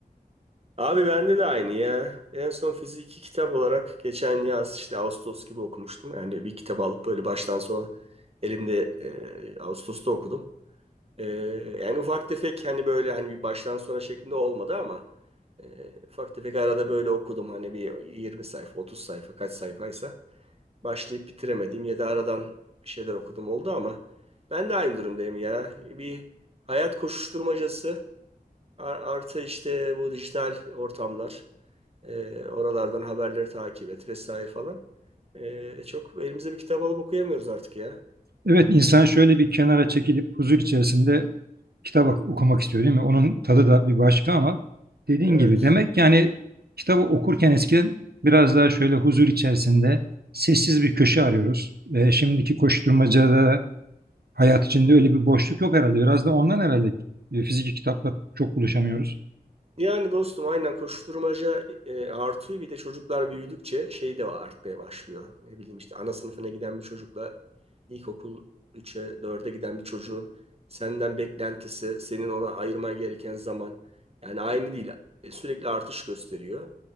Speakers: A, on the right (about 40°); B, on the right (about 85°).
A: Abi bende de aynı ya. En son fiziki kitap olarak geçen yaz işte Ağustos gibi okumuştum. Yani bir kitabı alıp böyle baştan sona elimde e, Ağustos'ta okudum. E, yani ufak tefek hani böyle hani bir baştan sona şeklinde olmadı ama e, ufak tefek arada böyle okudum. Hani bir 20 sayfa 30 sayfa kaç sayfaysa başlayıp bitiremedim ya da aradan bir şeyler okudum oldu ama ben de aynı durumdayım ya. Bir hayat koşuşturmacası ar- artı işte bu dijital ortamlar. E, oralardan haberleri takip et vesaire falan. E, çok elimizde bir kitap alıp okuyamıyoruz artık ya.
B: Evet insan şöyle bir kenara çekilip huzur içerisinde kitap ok- okumak istiyor değil mi? Onun tadı da bir başka ama dediğin
A: Evet.
B: gibi demek ki yani kitabı okurken eskiden biraz daha şöyle huzur içerisinde sessiz bir köşe arıyoruz. E, şimdiki koşturmacada hayat içinde öyle bir boşluk yok herhalde. Biraz da ondan herhalde e, fiziki kitapla çok buluşamıyoruz.
A: Yani dostum aynen koşuşturmaca e, artıyor. Bir de çocuklar büyüdükçe şey de artmaya başlıyor. Ne bileyim işte ana sınıfına giden bir çocukla ilkokul 3'e dörde giden bir çocuğun senden beklentisi, senin ona ayırman gereken zaman yani aynı değil. E, sürekli artış gösteriyor.